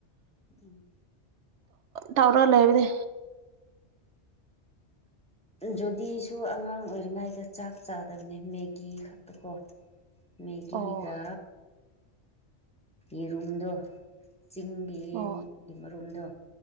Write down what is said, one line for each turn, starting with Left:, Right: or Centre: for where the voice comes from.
Centre: ꯎꯝ
Right: ꯇꯧꯔ ꯂꯩꯕꯅꯤ
Centre: ꯖꯨꯗꯤꯁꯨ ꯑꯉꯥꯡ ꯑꯣꯏꯔꯤꯉꯩꯗ ꯆꯥꯛ ꯆꯥꯗꯕꯅꯦ ꯃꯦꯒꯤ ꯈꯛꯇꯀꯣ ꯃꯦꯒꯤꯒ
Right: ꯑꯣ
Centre: ꯌꯦꯔꯨꯝꯗꯣ ꯆꯤꯡ ꯌꯦꯟꯒꯤ
Right: ꯑꯣ
Centre: ꯃꯔꯨꯝꯗꯣ